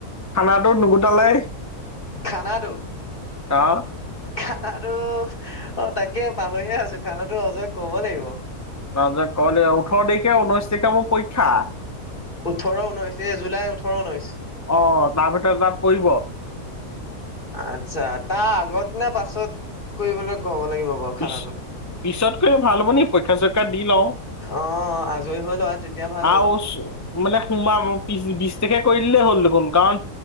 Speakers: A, on the left; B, on the left.
A: <unintelligible> নুগুটালেই।
B: খানাটো।
A: অ',
B: খানাটো অ, তাকে পাহৰিয়ে আছো খানাটো অজয়ক কব লাগিব।
A: অজয়ক ক'ব লাগিব ওঠৰ তাৰিখে ঊনৈশ তাৰিখে মোৰ পৰীক্ষা।
B: ওঠৰ ঊনৈশ এ জুলাই ওঠৰ ঊনৈছ।
A: অ তাৰ ভিতৰত তাত পৰিব
B: আতছা তাৰ আগত নে পাছত কৰিবলৈ কব লাগিব বাৰু খানাটো
A: পি-পিছতকৈ ভাল হ'ব নি পৰিক্ষা- চৰিক্ষা দি লওঁ।
B: অ আজৰি হৈ লোৱা তেতিয়া ভাল
A: আৰু
B: হ'ব।
A: মানে সোমবাৰ‌ পি-বিশ তাৰিখে কৰি দিলেই হ'ল দেখোন কাৰণ